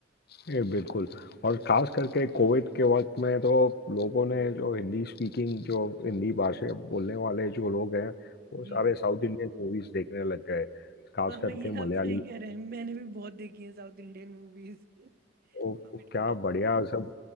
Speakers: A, on the left; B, on the right.
A: ये बिल्कुल और खास करके कोविड के वक्त में तो लोगों ने जो हिंदी स्पीकिंग जो हिंदी भाषा बोलने वाले जो लोग हैं वो
B: जी
A: सारे
B: जी
A: साउथ इंडियन मूवीज देखने लग गए खास
B: हाँ हाँ
A: करके
B: ये आप
A: मलयाली
B: सही कह रहे हैं मैंने भी बहुत देखी है साउथ इंडियन मूवीज कोविड
A: वो, वो क्या
B: के
A: बढ़िया सब